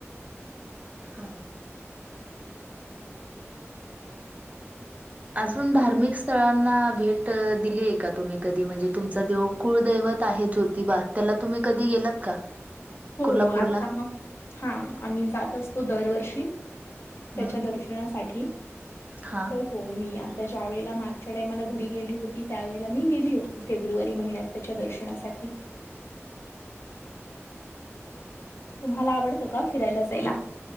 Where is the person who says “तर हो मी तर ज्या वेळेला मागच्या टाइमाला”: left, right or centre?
Left